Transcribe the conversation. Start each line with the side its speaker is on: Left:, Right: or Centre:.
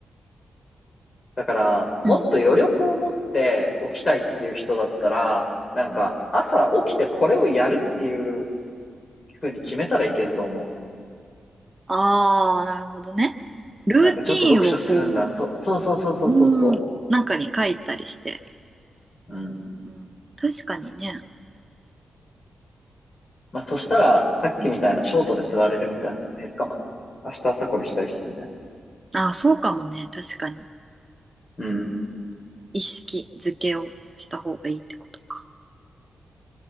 Left: だから、もっと余力を持って起きたいっていう人だったら、
Right: うん。
Left: なんか朝起きてこれをやるっていう
Right: うん。
Left: ふうに決めたらいけると思
Right: ああ、なるほどね。ルーティーンをこ
Left: う。なんかちょっと読書するんだ。そ、そうそうそうそうそうそ
Right: う、うん、なんかに書いたりして。
Left: う。うん。
Right: うん、確かにね。
Left: まあ、そしたら、さっきみたいなショートで座れるみたいなのも減るかもね。
Right: うん
Left: 明日朝これしたいし、みたいな。
Right: ああ、そうかもね。確かに。
Left: うん。
Right: 意識づけをした方がいいってことか。